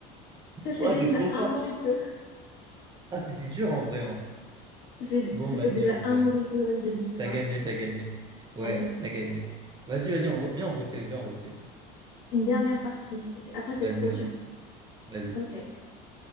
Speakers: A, on the left; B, on the right.
A: Ça
B: Ouah,
A: fait déjà
B: t'es trop fort.
A: un morito.
B: Ah, c'était dur en vrai, hein.
A: Ça fait,
B: Bon,
A: ça
B: vas-y,
A: fait déjà
B: vas-y,
A: un
B: vas-y.
A: morito le jeudi soir.
B: T'as gagné, t'as gagné. Ouais,
A: Vas-y,
B: t'as gagné. Vas-y, vas-y, on re- viens, on refait, viens, on refait.
A: une dernière partie. C'est- Après, c'est
B: Vas-y,
A: trop
B: vas-y,
A: dur.
B: vas-y.
A: Ok,